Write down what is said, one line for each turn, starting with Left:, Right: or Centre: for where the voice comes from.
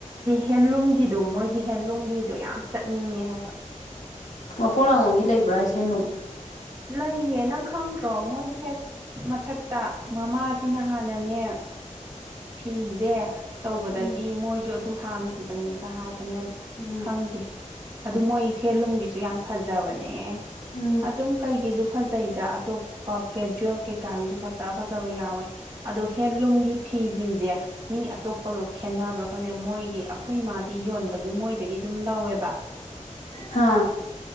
Right: ꯍꯦꯟꯂꯨꯝꯒꯤꯗꯣ ꯃꯣꯏꯒꯤ ꯍꯦꯟꯂꯨꯝꯒꯤꯗꯣ ꯌꯥꯝ ꯆꯠꯅꯤꯡꯉꯦ ꯍꯥꯏꯕ
Left: ꯄꯣꯛꯂꯥꯡꯃꯣꯒꯤ ꯂꯩꯕ꯭ꯔꯥꯁꯦ ꯍꯟꯅꯣ
Right: ꯂꯩꯌꯦꯅ ꯈꯪꯗ꯭ꯔꯣ ꯃꯣꯏꯒꯤ ꯍꯦꯛ ꯃꯊꯛꯇ ꯃꯃꯥꯁꯤꯅ ꯍꯥꯟꯅꯅꯦ ꯐꯤꯁꯦ ꯇꯧꯕꯗꯒꯤ
Left: ꯎꯝ
Right: ꯃꯣꯏꯁꯨ ꯑꯗꯨ ꯍꯥꯡꯈꯤꯕꯅꯦꯒ ꯍꯥꯏꯕ ꯅꯦ ꯑꯗꯨ
Left: ꯎꯝ
Right: ꯈꯪꯗꯦ ꯑꯗꯨ ꯃꯣꯏ ꯐꯦꯟꯂꯨꯝꯒꯤꯁꯨ ꯌꯥꯝ ꯐꯖꯕꯅꯦ
Left: ꯎꯝ
Right: ꯑꯗꯨꯝ ꯀꯩꯒꯤꯁꯨ ꯐꯖꯩ ꯗ ꯑꯇꯣꯞꯄ ꯀꯦꯖꯋꯦꯜ ꯀꯩꯀꯥꯒꯤꯁꯨ ꯐꯖ ꯐꯖꯕ ꯌꯥꯎꯋꯦ ꯑꯗꯣ ꯍꯦꯟꯂꯨꯝꯒꯤ ꯐꯤꯁꯤꯡꯁꯦ ꯃꯤ ꯑꯇꯣꯞꯄꯒ ꯈꯦꯠꯅꯕ꯭ꯔꯥ ꯈ ꯃꯣꯏꯒꯤ ꯑꯩꯈꯣꯏ ꯃꯥꯗꯤ ꯌꯣꯟꯕꯒꯤ ꯃꯣꯏꯗꯒꯤ ꯑꯗꯨꯝ ꯂꯧꯋꯦꯕ
Left: ꯍꯥꯥ